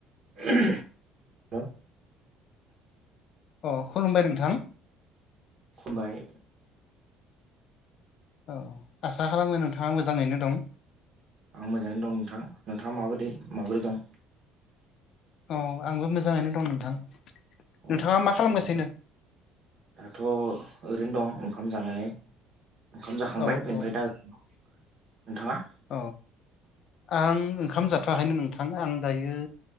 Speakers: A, on the right; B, on the left.
A: <inaudible> Hello
B: अ खुलुमबाय नोंथां।
A: खुलुमबाय।
B: औ आसा खालामो नोंथाङा मोजाङैनो दं।
A: आं मोजाङै दं नोंथां नोंथाङा माबोरै माबोरै दं?
B: औ आंबो मोजाङैनो दं नोंथां नोंथाङा
A: अ नोंथां
B: मा खालामगासिनो?
A: बेनिफ्राय दाथ' ओरैनो दं ओंखाम जानानै ओंखाम जाखांबाय
B: औ
A: बेनिफ्राय
B: औ
A: दा नोंथाङा
B: औ आं ओंखाम जाथ'वाखैनो नोंथां आं दायो